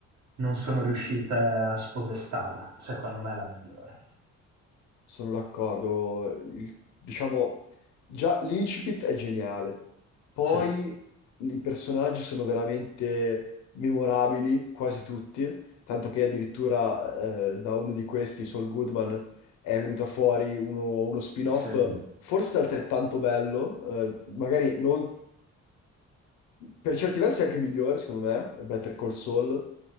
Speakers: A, on the right (about 65°); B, on the left (about 75°).
A: non sono riuscite a spodestarla. Secondo me è la migliore.
B: Sono d'accordo. Il- Diciamo, già l'incipit è geniale. Poi
A: Sì.
B: i personaggi sono veramente memorabili, quasi tutti, tanto che addirittura eh, da uno di questi, Saul Goodman, è venuto fuori uno, uno spin-off
A: Sì, è
B: forse altrettanto bello, eh, magari non per certi versi è anche migliore, secondo me, Better Call Saul,